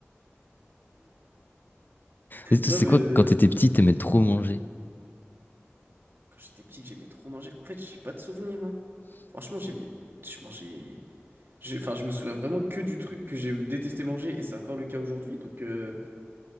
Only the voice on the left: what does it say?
Et toi,
C'est
quoi
quand t'étais petit, t'aimais trop manger?